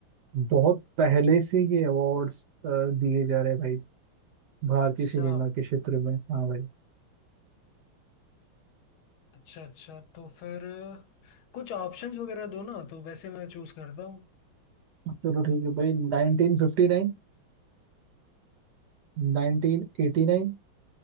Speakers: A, on the right (about 65°); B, on the left (about 75°).
A: बहुत पहले से ये अवार्ड्स दिए जा रहे हैं भाई भारतीय
B: अच्छा
A: सिनेमा के क्षेत्र में हाँ भाई
B: अच्छा अच्छा तो फिर अ, कुछ ऑप्शंस वगैरह दो ना तो वैसे मैं चूज करता हूँ
A: चलो ठीक है भाई 1959 1989